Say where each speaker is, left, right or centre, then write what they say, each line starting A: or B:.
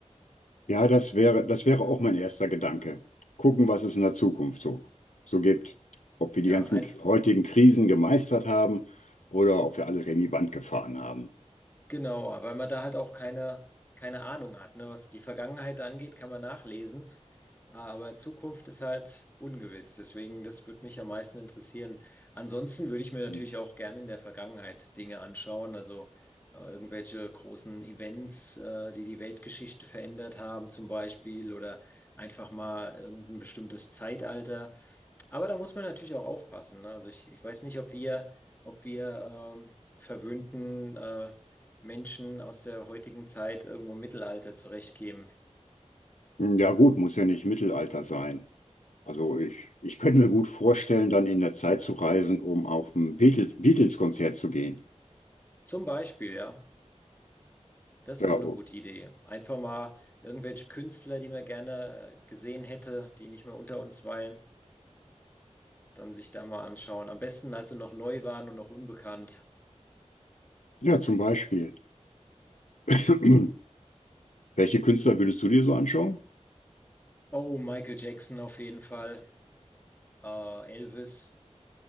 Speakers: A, on the left; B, on the left.
A: Ja, das wäre, das wäre auch mein erster Gedanke. Gucken, was es in der Zukunft so, so gibt. Ob
B: Ja,
A: wir die ganzen
B: ein,
A: k- heutigen Krisen gemeistert haben oder ob wir alles gegen die Wand gefahren haben.
B: Genau, weil man da halt auch keine, keine Ahnung hat. Ne? Was die Vergangenheit angeht, kann man nachlesen, aber Zukunft ist halt ungewiss. Deswegen, das würde mich am meisten interessieren. Ansonsten würde ich mir natürlich
A: <laughs>
B: auch gerne in der Vergangenheit Dinge anschauen, also äh, irgendwelche großen Events, äh, die die Weltgeschichte verändert haben, zum Beispiel, oder einfach mal irgendein bestimmtes Zeitalter. Aber da muss man natürlich auch aufpassen. Ne? Also ich, ich weiß nicht, ob wir, ob wir ähm, verwöhnten äh, Menschen aus der heutigen Zeit irgendwo im Mittelalter zurechtkämen.
A: Ja gut, muss ja nicht Mittelalter sein. Also ich, ich könnte mir gut vorstellen, dann in der Zeit zu reisen, um auf ein Beatles- Beatles-Konzert zu gehen.
B: Zum Beispiel, ja, das
A: Ja,
B: ist auch eine
A: oh,
B: gute Idee. Einfach mal irgendwelche Künstler, die man gerne äh, gesehen hätte, die nicht mehr unter uns weilen, dann sich da mal anschauen. Am besten, als sie noch neu waren und noch unbekannt.
A: ja, zum Beispiel. <clears throat> Welche Künstler würdest du dir so anschauen?
B: Oh, Michael Jackson auf jeden Fall. Äh, Elvis.